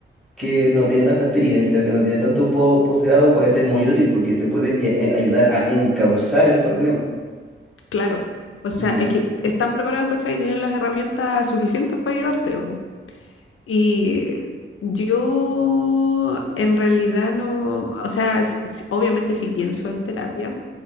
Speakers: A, in the centre; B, on the left.
A: que no tiene tanta experiencia, que no tiene tanto po- posgrado, puede ser muy útil porque te pueden lle- eh, ayudar a encauzar el problema.
B: Claro, o sea,
A: Mm,
B: es que están preparados, ¿cachai? Y tienen las herramientas suficientes para ayudarte, po. Y yo en realidad no, o sea, s- s- obviamente sí pienso en terapia,